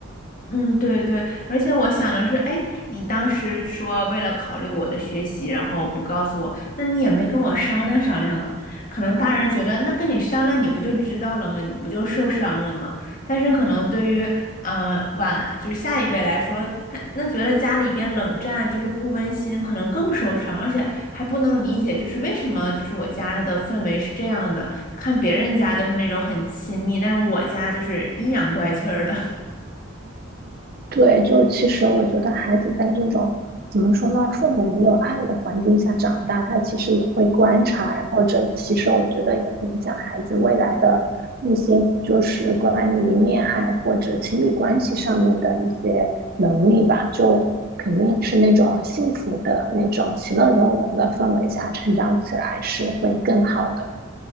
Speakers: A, on the left; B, on the right.
A: 嗯，对对，而且我想的是，哎，你当时说为了考虑我的学习，然后不告诉我，那你也没跟我商量商量啊？可能大人觉得，那跟你商量，你不就知道了吗？你不就受伤了吗？但是可能对于呃晚就是下一辈来说，他那觉得家里边冷战就是不温馨，可能更受伤，而且还不能理解，就是为什么就是我家的氛围是这样的，看别人家都是那种很亲密，但是我家就是阴阳怪气儿的。
B: 对，就其实我觉得孩子在这种怎么说呢，父母没有爱的环境下长大，他其实也会观察，然后这其实我觉得也会影响孩子未来的一些就是关于恋爱或者亲密关系上面的一些能力吧。就肯定是那种幸福的那种其乐融融的氛围下成长起来是会更好的。